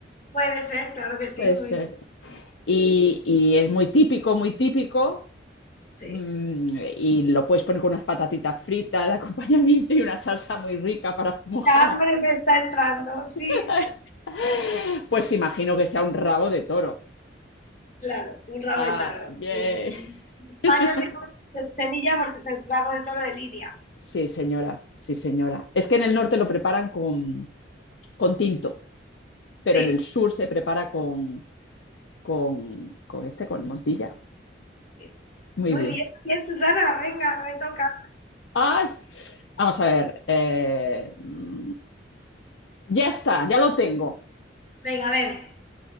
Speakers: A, on the left; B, on the left.
A: puede ser, claro que sí,
B: Puede
A: muy,
B: ser. Y, y es muy típico, muy típico.
A: sí.
B: mm, Y lo puedes poner con unas patatitas fritas de acompañamiento y una salsa muy rica para mojar.
A: La hambre me está entrando, sí.
B: <laughs> Pues imagino que sea un rabo de toro.
A: Claro, un rabo
B: Ah,
A: de toro.
B: bien.
A: En, en España
B: <laughs>
A: se come con semilla porque es el rabo de toro de Lidia.
B: Sí, señora, sí, señora. Es que en el norte lo preparan con, con tinto, pero
A: Sí,
B: en el sur se prepara con, con, con este, con Montilla.
A: sí.
B: Muy
A: Muy
B: bien.
A: bien, bien, Susana. Venga, me toca.
B: Ay, vamos a ver. eh, mm, ya está, ya lo tengo.
A: Venga, a ver.